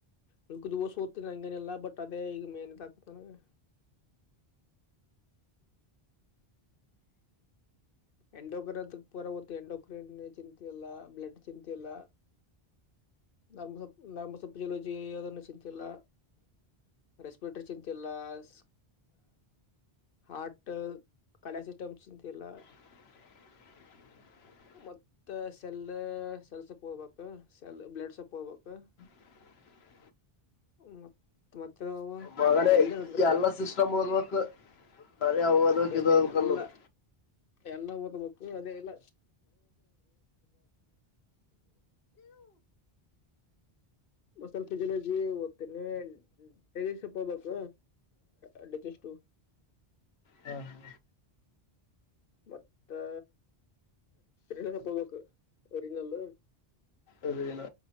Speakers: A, on the left (about 65°); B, on the left (about 85°).
A: ನೂಕು ದೋಸ್ ಓದ್ತನ ಹಂಗೇನೆಲ್ಲಾ ಬಟ್ ಅದೇ ಈಗ ಮೇನದಾಕತ್ ನನಗೆ ಎಂಡೋಕ್ರೇನ್ ಪೂರತ್ತು ಎಂಡೋಕ್ರೇನ್ ಚಿಂತೆ ಇಲ್ಲ ಬ್ಲಡ್ ಚಿಂತೆ ಇಲ್ಲ ನಾಮ ಸ ನರ್ಮ ಸಪ್ಪ ಜಲೋಜಿ ಯಾದನ್ನು ಚಂತಿಲ್ಲ ರೆಸ್ಪಿರೇಷನ್ ಕಲ್ಲ ಸ್ ಹಾರ್ಟ್ ಕಲಾಸಿಸ್ಟಮ್ ಚಿಂತಲ್ಲ
B: ಹ
A: ಮತ್ತ ಸೆಲ್ ಸೆಲ್ ಸೊಪ್ಪ ಹೋಗ್ಬೇಕು ಸೆಲ್ ಬ್ಲಡ್ ಸೊಪ್ ಹೋಗ್ಬೇಕು
B: ಹ
A: ಮ ಮತ್ತೆ
B: ಮಗನೇ
A: ಇ ಇಳ್ಳಿಯಾರ ಅಂದ್ರ
B: ಎಲ್ಲ
A: ಬುಕ್
B: ಸಿಸ್ಟಮ್ ಓದ್ಬೇಕು ಬರೇ ಅವು ಓದ್ಬೇಕು
A: ಅದೇ
B: ಇದು
A: ಅದೇ
B: ಓದ್ಬೇಕು
A: ಎಲ್ಲ
B: ಅನ್ನೋದು
A: ಎಲ್ಲ ಓದ್ಬೇಕು ಅದೇ ಎಲ್ಲ ಒ ಸ್ವಲ್ಪ ಜಲಜಿ <unintelligible> ಡರೆ ಸ್ವಲ್ಪ ಹಬೇಕ ಅಡ್ಡಜಷ್ಟು
B: ಹಾ ಹಾ
A: ಮತ್ತೆ ಎರಿನ ಸಂಪ ನಕ್ ಎರಿನಲ್ಲ
B: ಅದ ಏನು